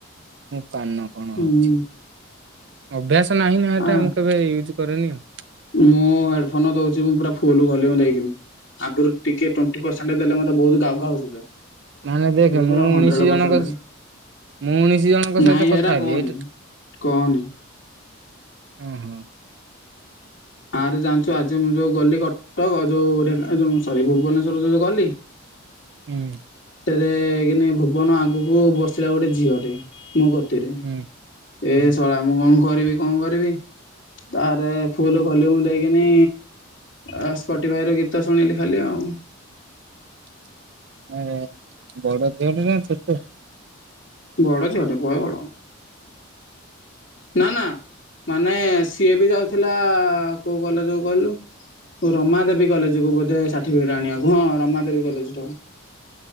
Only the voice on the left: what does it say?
ହୁଁ
ଆ
ମୁଁ ହେଡଫୋନ ଦଉଛି ମୁଁ ପୁରା ଫୁଲ ଭଲ୍ୟୁମ ଦେଇି ଆଗରୁ ଟିକେ ଟୋନଟି ପର୍ସେଣ୍ଟ ଦେଲେ ମଧ୍ଯ ବହୁତ ଘାଉ ଘାଉ ଶୁଭେ।
ଏବେ
ପୁରା ହଣ୍ଡ୍ରେଡ
ପରସେଣ୍ଟ।
ନାଇଁ
ହେରା
କହନି
କହନି।
ଆରେ ଜାଣିଛୁ ଆଜି ମୁଁ ଯୋଉ ଗଲି କଟକ ଆଉ ଯୋ ଢେଙ୍କା ଯୋଉ ସରି ଭୁବନେଶ୍ଵର ଯୋଉ ଗଲି।
ଏ କିନି ଭୁବନ ଆଗକୁ ବସିଲା ଗୋଟେ ଝିଅଟେ ମୋ କତିରେ।
ଏ
ଶଳା ମୁଁ କଣ କରିବି କଣ କରିବି? ତାରେ ଫୁଲ ଭଲ୍ୟୁମୁ ଦେଇକିନି ଆ ସ୍ପଟିଭାଇ ର ଗୀତ ଶୁଣିଲି ଖାଲି ଆଉ।
ବଡ ଝିଅ ଟେ ବହେ ବଡ଼। ନା ନା ମାନେ ସିଏ ବି ଯାଉଥିଲା କୋଉ କଲେଜ କୁ କହିଲୁ? ରମା ଦେବୀ କଲେଜକୁ ବୋଧେ ସାର୍ଟିଫିକେଟ ଆଣିବାକୁ ହଁ ରମାଦବୀ କଲେଜ ଟାକୁ।